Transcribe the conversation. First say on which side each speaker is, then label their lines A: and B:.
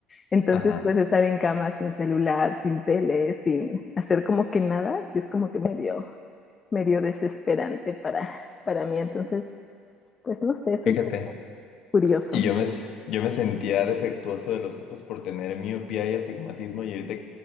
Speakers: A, on the left; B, on the left.
A: Entonces,
B: ajá.
A: pues estar en cama sin celular, sin tele, sin hacer como que nada, sí es como que medio, medio desesperante para, para mí. Entonces, pues no sé, es
B: Fíjate.
A: un poco curioso.
B: Y yo me, s- yo me sentía defectuoso de los ojos por tener miopía y astigmatismo, y ahorita